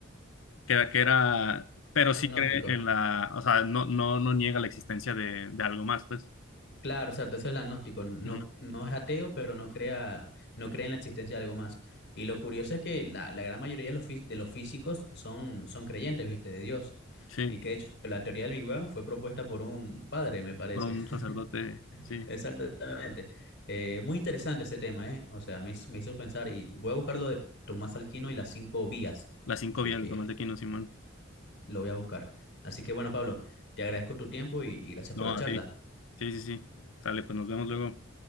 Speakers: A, on the left (about 75°); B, on the left (about 60°).
A: que, que era, pero
B: agnóstico.
A: sí cree en la, o sea, no, no, no niega la existencia de, de algo más, pues.
B: Claro, o sea, entonces el agnóstico no,
A: Ujú.
B: no es ateo, pero no crea, no cree en la existencia de algo más. Y lo curioso es que la, la gran mayoría de los, fí- de los físicos son, son creyentes, ¿viste? De Dios.
A: Sí,
B: Y que de hecho la teoría del Big Bang fue propuesta por un padre, me parece.
A: por un sacerdote,
B: <laughs>
A: sí.
B: Exactamente. Eh, muy interesante ese tema, ¿eh? O sea, me hizo, me hizo pensar y voy a buscar lo de Tomás Alquino y las cinco vías,
A: Las cinco
B: que,
A: vías,
B: que
A: de Tomás de Aquino, Simón.
B: lo voy a buscar. Así que bueno, Pablo, te agradezco tu tiempo y y gracias
A: No,
B: por la charla.
A: a ti. Sí, sí, sí. Dale, pues nos vemos luego.